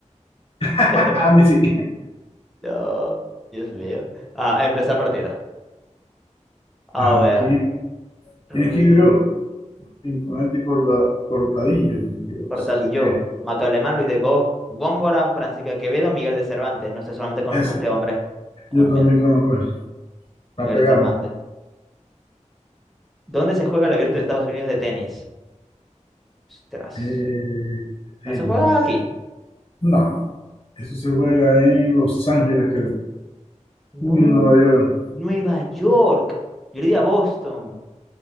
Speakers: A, on the left; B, in the centre.
A: <laughs>
B: <laughs>
A: A mí sí.
B: No, Dios mío. Ah, empezar partido. A
A: Ajá,
B: ver.
A: ¿quién,
B: Rin,
A: quién escribió Rinconete y Corda- Cortadillo? Dios,
B: Portatillo.
A: ¿eso qué es?
B: Mató Alemán, Luis de Go- Góngora, Francisco de Quevedo, Miguel de Cervantes. No sé, solamente conozco
A: Ese-
B: a este hombre. Ah,
A: yo
B: Bueno,
A: también
B: mira.
A: conozco. eso.
B: Miguel
A: La pegamos.
B: de Cervantes. ¿Dónde se juega el Abierto de Estados Unidos de tenis? Ostras.
A: Eh, tenis.
B: ¿No se juega aquí?
A: No, eso se juega en Los Ángeles, creo.
B: No.
A: Uy, en Nueva York.
B: Nueva York. Yo le di a Boston.